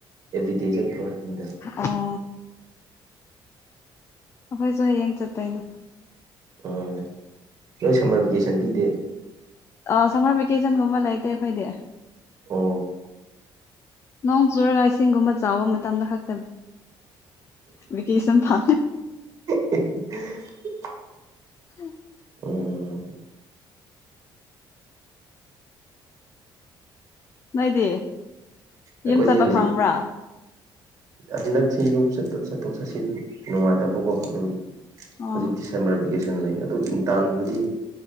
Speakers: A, on the right; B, on the left.
A: ꯑꯦꯚ꯭ꯔꯤꯗꯦ ꯆꯠꯇꯄ꯭ꯔꯣ ꯍꯥꯏꯕꯅꯤꯗ
B: ꯑꯣ ꯑꯩꯈꯣꯏꯁꯨ ꯍꯌꯦꯡ ꯆꯠꯇꯣꯏꯅꯦ
A: ꯎꯝ ꯅꯣꯏ ꯁꯝꯃꯔ ꯚꯦꯀꯦꯁꯟ ꯄꯤꯗꯦ
B: ꯑ ꯁꯝꯃꯔ ꯚꯦꯀꯦꯁꯟꯒꯨꯝꯕ ꯂꯩꯇꯦ ꯑꯩꯈꯣꯏꯗꯤ
A: ꯑ
B: ꯅꯣꯡ ꯆꯨꯔꯒ ꯏꯁꯤꯡꯒꯨꯝꯕ ꯆꯥꯎꯕ ꯃꯇꯝꯗ ꯈꯛꯇꯕꯤ ꯂꯀꯦꯁꯟ ꯐ
A: <unintelligible>
B: ꯎꯝ
A: ꯎꯝ
B: ꯅꯣꯏꯗꯤ
A: ꯑꯩꯈꯣꯏꯗꯤ
B: ꯌꯨꯝ ꯆꯠꯄ
A: ꯍꯧꯖꯤꯛ
B: ꯐꯪꯕ꯭ꯔꯥ
A: ꯍꯟꯗꯛꯁꯤ ꯌꯨꯝ ꯆꯠꯊꯣꯛ ꯆꯠꯁꯤꯟ ꯅꯨꯡꯉꯥꯏꯇꯕꯀꯣ ꯑꯗꯨꯒꯤ
B: ꯑꯣ
A: ꯍꯧꯖꯤꯛ ꯗꯤꯁꯦꯝꯕꯔ ꯚꯦꯀꯦꯁꯟ ꯂꯩ ꯑꯗꯨ ꯏꯟꯇꯥꯟꯕꯗꯤ